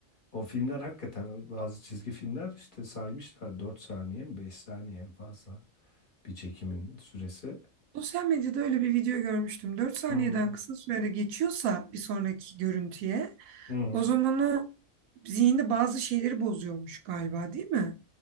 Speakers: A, on the left; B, on the right.
A: o filmler hakikaten bazı çizgi filmler işte saymışlar 4 saniye mi 5 saniye en fazla bir çekimin süresi.
B: Sosyal medyada öyle bir video görmüştüm. dört saniyeden
A: Hmm.
B: kısa sürede geçiyorsa bir sonraki görüntüye
A: Hı hı.
B: o zaman o zihinde bazı şeyleri bozuyormuş galiba değil mi?